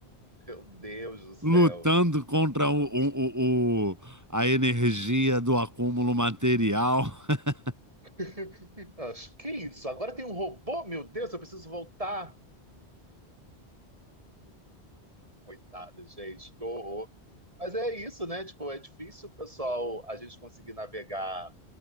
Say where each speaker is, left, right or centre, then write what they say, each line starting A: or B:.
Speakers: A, on the right; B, on the right.
A: Meu Deus do céu.
B: lutando contra o, o, o- o- a energia do acúmulo material. <laughs>
A: <laughs> Acho- Que é isso? Agora tem um robô? Meu Deus, eu preciso voltar. Coitada, gente, que horror. Mas é isso, né? Tipo, é difícil, pessoal, a gente conseguir navegar